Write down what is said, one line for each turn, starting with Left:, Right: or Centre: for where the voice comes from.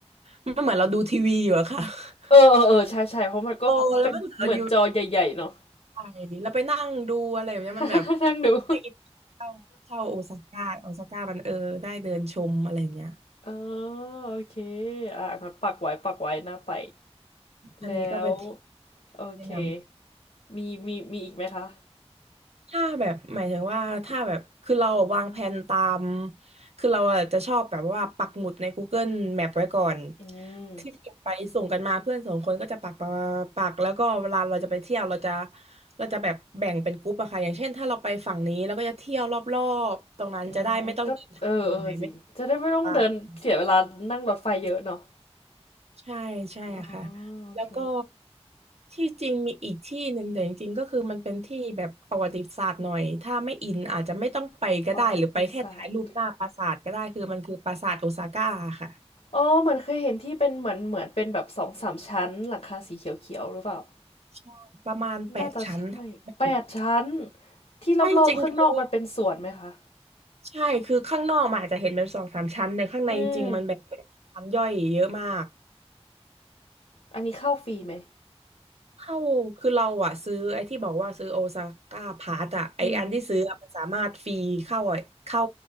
Right: มันเหมือนเราดูทีวีอยู่อะค่ะ
Left: เออเออเออใช่ใช่เพราะมันก็เป็นเหมือนจอใหญ่ๆเนาะ
Right: <laughs> โอ้แล้วมันเหมือนเราอยู่ ใช่แล้วไปนั่งดูอะไรแบบเนี้ยมันแบบ
Left: <laughs> นั่งดู <laughs>
Right: ได้อินเข้าเข่าโอซาก้าโอซาก้ามันเออได้เดินชมอะไรแบบเนี้ย
Left: เออโอเคอ่ะงั้นปักไว้ปักไว้หน้าไป
Right: อันนี้ก็เป็นที่
Left: แล้วโอเค
Right: แนะน
Left: มีมีมีอีกไหมคะ
Right: ำถ้าแบบหมายถึงว่าถ้าแบบคือเราวางแผนตามคือเราอะจะชอบแบบว่าปักหมุดใน Google Map ไว้ก่อน
Left: อืม
Right: ที่อยากไปส่งกันมาเพื่อนสองคนก็จะปักปักปักแล้วก็เวลาเราจะไปเที่ยวเราจะเราจะแบบแบ่งเป็นกรุ๊ปอะค่ะอย่างเช่นถ้าเราไปฝั่งนี้เราก็จะเที่ยวรอบๆตรงนั้นจะได้ไม่ต้องเดินทางเหนื่อยไม่
Left: อืมก็เออเออจริงจะได้ไม่ต้องเดินเสียเวลานั่งรถไฟเยอะเนาะ
Right: ต้อง ใช่ใช่ค่ะ
Left: อ๋อโอเค
Right: แล้วก็ที่จริงมีอีกที่หนึ่งแต่จริงๆก็คือมันเป็นที่แบบประวัติศาสตร์หน่อยถ้าไม่อินอาจจะไม่ต้องไปก็ได้หรือไปแค่ถ่ายรูปหน้าปราสาทก็ได้คือมันคือปราสาทโอซาก้าค่ะ
Left: ประวัติศาสตร์ อ๋อเหมือนเคยเห็นที่เป็นเหมือนเหมือนเป็นแบบสองสามชั้นหลังคาสีเขียวๆหรือเปล่า
Right: ใช่ประมาณแปดชั้นถ้าจำไม่ผิด
Left: น่าจะใช่แปดชั้นที่รอบๆข้างนอกมันเป็นสวนไหมคะ
Right: ใช่จริงคือใช่คือข้างนอกมันอาจจะเห็นเป็นสองสามชั้นแต่ข้างในจริงๆมันแบบ
Left: อืม
Right: ชั้นย่อยเยอะมาก
Left: อันนี้เข้าฟรีไหม
Right: เข้า คือเราอะซื้อไอ้ที่บอกว่าซื้อโอซาก้าพาสอะไอ้อันที่ซื้ออะมันสามารถฟรีเข้าอะเข้า
Left: อืม